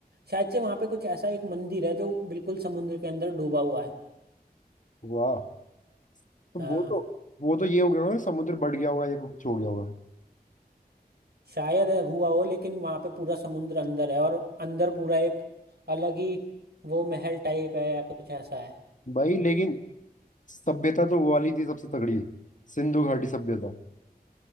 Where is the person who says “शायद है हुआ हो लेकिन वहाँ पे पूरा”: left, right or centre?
Right